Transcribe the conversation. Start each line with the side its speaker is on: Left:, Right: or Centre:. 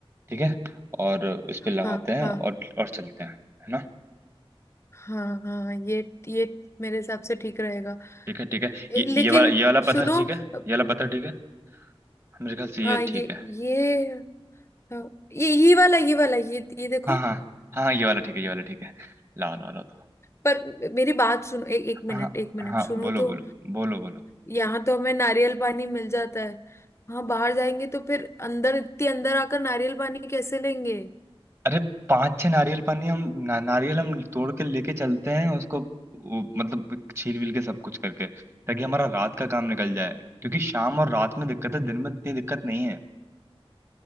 Right: ठीक है और उस पे लगाते
Left: हाँ
Right: हैं
Left: हाँ
Right: और और चलते हैं है ना
Left: हाँ हाँ ये ये मेरे हिसाब से ठीक रहेगा
Right: ठीक है ठीक है
Left: ए,
Right: ये
Left: लेकिन
Right: ये वाला ये वाला पत्थर
Left: सुनो
Right: ठीक है
Left: अ,
Right: ये वाला पत्थर ठीक है मेरे ख्याल से
Left: हाँ
Right: ये
Left: ये
Right: ठीक है
Left: ये हाँ, ये ये वाला ये वाला ये ये देखो
Right: हाँ हाँ हाँ हाँ, ये वाला ठीक है ये वाला ठीक है लाओ लाओ लाओ दो
Left: पर मेरी बात सुनो ए, एक
Right: हाँ
Left: मिनट एक मिनट
Right: हाँ
Left: सुनो
Right: बोलो
Left: तो
Right: बोलो बोलो बोलो
Left: यहाँ तो हमें नारियल पानी मिल जाता है वहाँ बाहर जाएंगे तो फिर अंदर इतनी अंदर आकर नारियल पानी कैसे लेंगे
Right: अरे पांच छह नारियल पानी हम ना, नारियल हम तोड़ के लेके चलते हैं उसको वो, मतलब छील विल के सब कुछ करके ताकि हमारा रात का काम निकल जाए क्योंकि शाम और रात में दिक्कत है दिन में इतनी दिक्कत नहीं है